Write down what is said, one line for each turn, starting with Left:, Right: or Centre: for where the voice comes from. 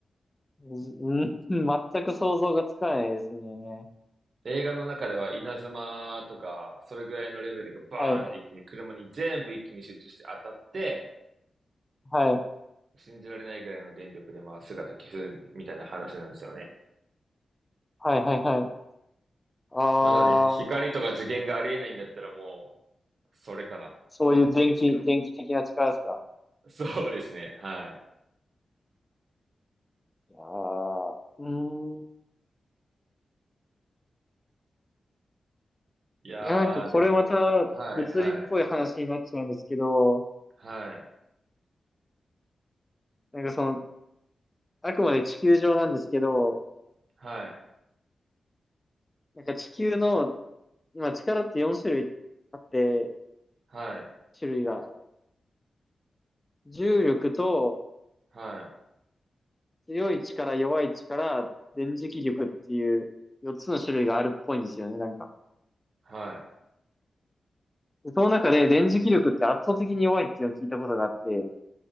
Left: うん、全く想像がつかないですね。
Right: い。映画の中では稲妻とか、それぐらいのレベルがバーンって一気に車に全部一気に集中して当たって、
Left: はい、はい、は
Right: 信じられないぐらいの電力でまあ姿消すみたいな話なんですよね。
Left: い、はい、はい。あー、
Right: まあなので、光とか受験がありえないんだったらもう、それかなって思ったんですけど。
Left: そういう電気、電気的な力ですか
Right: そうですね。はい。
Left: いやー、うーん。い
Right: いやー、
Left: や、なんかこれまた物理っぽい話になっちゃうんですけど、
Right: でも、はい、はい、はい、
Left: なんかその、あくまで地球上なんですけど、
Right: はい、
Left: なんか地球の、まあ、力って4種類あって、
Right: はい、
Left: 種類が。はい重力と
Right: はい、
Left: 強い力、弱い力、電磁気力っていう4つの種類があるっぽいんですよね、なんか。
Right: はい。
Left: でその中で電磁気力って圧倒的に弱いっていうのを聞いたことがあって、